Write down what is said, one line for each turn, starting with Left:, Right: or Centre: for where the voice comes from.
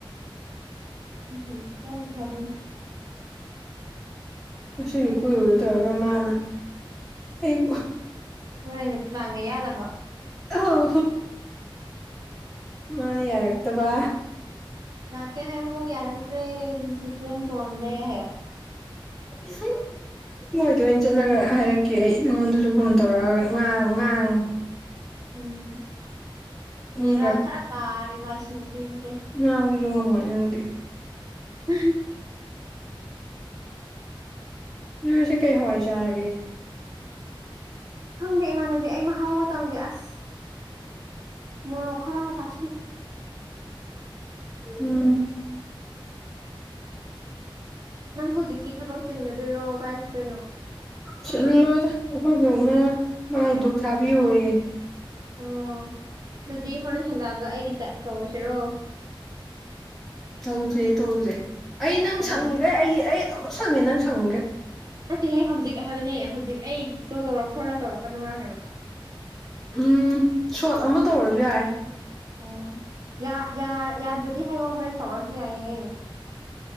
Right: ꯎꯝ <unintelligible>
Centre: ꯉꯥꯁꯤꯁꯨ ꯀꯣꯏꯔꯨꯒꯦ ꯇꯧꯔꯒ ꯃꯥꯅ ꯑꯩꯕꯨ
Right: ꯅꯣꯏꯅꯤ ꯄ꯭ꯂꯥꯟꯒ ꯌꯥꯠꯂꯕꯣ
Centre: ꯑꯧ ꯃꯥꯅ ꯌꯥꯔꯛꯇꯕ
Right: ꯂꯛꯀꯦ ꯍꯥꯏꯕꯐꯧ ꯌꯥꯔꯛꯇ꯭ꯔꯦ ꯄꯨꯟꯁꯤꯁ‌ꯦ ꯌꯥꯝ ꯇꯣꯟꯂꯦ ꯍꯥꯏꯌꯣ
Centre: ꯍꯨꯝ ꯃꯣꯏꯗ ꯑꯣꯏꯅ ꯆꯠꯂꯒ ꯍꯥꯏꯔꯛꯀꯦ ꯑꯩ ꯅꯉꯣꯟꯗꯁꯨ ꯐꯣꯟ ꯇꯧꯔꯛꯑꯒ ꯉꯥꯡ- ꯉꯥꯡꯉꯣ
Right: ꯎꯝ ꯕ‌ꯦꯔꯥ
Centre: ꯎꯝ
Right: ꯈꯔꯥ ꯀꯥꯔ‌ꯦꯕ ꯑꯁꯤ ꯅꯨꯄꯤꯁꯦ
Centre: ꯉꯥꯡꯕꯖꯨ ꯉꯝꯃꯣꯏ ꯅꯪꯗꯤ
Right: <inaudible>
Centre: ꯅꯣꯏ ꯉꯁꯤ ꯀꯩ ꯍꯋꯥꯏ ꯆꯥꯔꯒꯦ꯫
Right: ꯈꯪꯗꯦ ꯏꯃꯥꯟꯅꯕꯤ ꯑꯩ ꯃꯍꯥꯎꯒ ꯇꯪꯗꯦ ꯑꯁ ꯃꯣꯔ‌ꯣꯛ ꯈꯔꯒ ꯆꯥ
Centre: ꯎꯝ
Right: ꯅꯪ ꯍꯧꯖꯤꯛꯇꯤ ꯊꯕꯛ ꯆꯤꯟꯒꯗꯣꯏꯔꯣ ꯀꯥꯏ ꯆꯠꯇ‌ꯣꯏꯅ‌ꯣ
Centre: ꯆꯠꯂꯣꯏꯗ ꯑꯩꯈꯣꯏ ꯕ‌ꯣꯛꯅ ꯃꯥꯏ ꯗꯨꯛ ꯊꯥꯕꯤꯌꯣꯌꯦ
Right: ꯑꯣ ꯑꯗꯨꯗꯤ ꯍꯣꯏꯔꯦꯟ ꯍꯜꯂꯛꯑꯒ ꯑꯩꯒꯤꯗ ꯇꯧꯔꯁꯤꯔꯣ
Centre: ꯇꯧꯁꯦ ꯇꯧꯁꯦ ꯑꯩ ꯅꯪ
Right: ꯍꯣꯏ
Centre: ꯁꯪꯉꯤꯈꯩ
Right: ꯍꯣꯏ ꯍꯣꯏ
Centre: ꯑꯩ ꯑꯩ ꯑꯗꯨꯝ ꯁꯪꯉꯦ ꯅꯪ ꯁꯪꯉꯤꯈꯩ
Right: ꯅꯠꯇꯦꯍꯦ ꯍꯧꯖꯤꯛ ꯍꯥꯏꯕꯅꯦ ꯍꯧꯖꯤꯛ ꯑꯩ ꯀꯣꯜ ꯇꯧꯔꯛꯈꯣꯔꯥ ꯇꯧꯔꯛꯀꯅꯨꯔꯥ ꯍꯥꯏꯕ
Centre: ꯎꯝ ꯁꯣꯠ ꯑꯃ ꯇꯧꯔꯁꯨ ꯌꯥꯏ
Right: ꯑꯣ ꯌꯥ ꯌꯥ ꯌꯥꯗ꯭ꯔꯗꯤ ꯍꯥꯏꯌꯣ ꯍꯣꯏꯔꯦꯟ ꯇꯧꯔꯁꯨ ꯌꯥꯏꯌꯦ ꯑꯩ